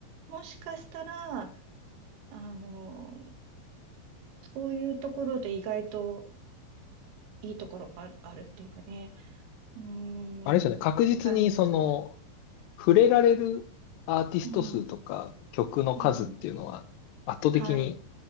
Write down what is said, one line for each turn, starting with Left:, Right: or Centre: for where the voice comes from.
Right: もしかしたら、あの、そういうところで意外といいところがある、あるっていうかね、うーん、
Left: あれですよね。確実にその、
Right: わからないですか。
Left: 触れられるアーティスト数とか曲の数っていうのは圧倒的に
Right: うん、うん、はい、